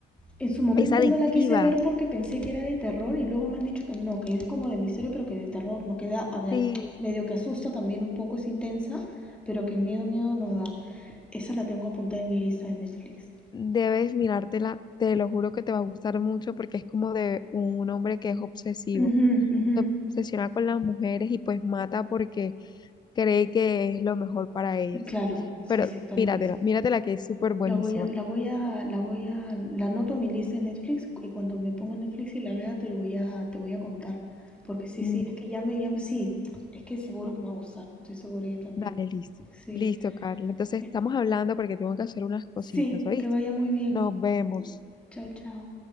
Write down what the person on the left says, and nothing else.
es adictiva.
Sí.
Debes mirártela, te lo juro que te va a gustar mucho porque es como de un hombre que es obsesivo.
Se obsesiona con las mujeres y pues mata porque cree que es lo mejor para ellas.
Pero
míratela,
míratela que es súper buenísima.
Mm,
Dale, listo.
Listo, Carla. Entonces
estamos hablando porque tengo que hacer unas cositas,
¿oíste?
Nos vemos.